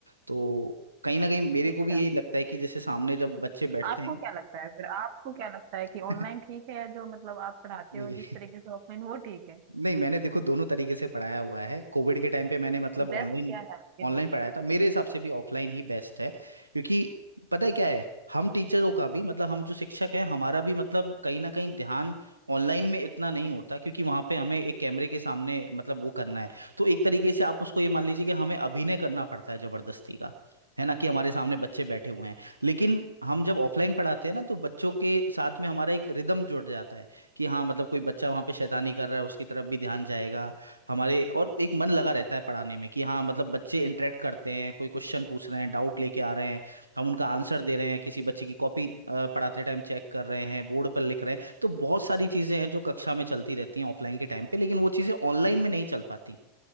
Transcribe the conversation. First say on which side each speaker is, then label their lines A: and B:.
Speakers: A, on the right; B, on the right.
A: तो कहीं ना कहीं मेरे
B: अच्छा
A: को भी यही लगता है कि जैसे सामने जब बच्चे बैठते
B: आपको
A: हैं
B: क्या लगता है फिर आपको क्या लगता है
A: <laughs>
B: कि ऑनलाइन ठीक है या जो मतलब आप पढ़ाते
A: नहीं
B: हो जिस तरीके से ऑफलाइन वो ठीक है
A: नहीं मैंने देखो दोनों तरीके से पढ़ाया हुआ है कोविड के टाइम पे मैंने मतलब
B: तो बेस्ट
A: ऑनलाइन
B: क्या है आपके
A: ऑनलाइन
B: लिए
A: पढ़ाया था मेरे हिसाब से भी ऑफलाइन ही बेस्ट है क्योंकि पता है क्या है हम टीचरों का भी मतलब हम जो शिक्षक हैं हमारा भी मतलब कहीं ना कहीं ध्यान ऑनलाइन में इतना नहीं होता क्योंकि वहां पे हमें एक कैमरे के सामने मतलब वो करना है तो एक तरीके से आप उसको ये मान लीजिए कि हमें अभिनय करना पड़ता है जबरदस्ती का है ना कि हमारे सामने बच्चे बैठे हुए हैं लेकिन हम जब ऑफलाइन पढ़ाते हैं ना तो बच्चों के साथ में हमारा एक रिदम जुड़ जाता है कि हाँ मतलब कोई बच्चा वहाँ पे शैतानी कर रहा है उसकी तरफ भी ध्यान जाएगा हमारे और एक मन लगा रहता है पढ़ाने में कि हाँ मतलब बच्चे इंटरेक्ट करते हैं कोई क्वेश्चन पूछ रहे हैं डाउट लेके आ रहे हैं हम उनका आंसर दे रहे हैं किसी बच्चे की कॉपी पढ़ाते टाइम चेक कर रहे हैं बोर्ड पर लिख रहे हैं तो बहुत सारी चीज़ें हैं जो कक्षा में चलती रहती हैं ऑफलाइन के टाइम पे लेकिन वो चीज़ें ऑनलाइन में नहीं चल पाती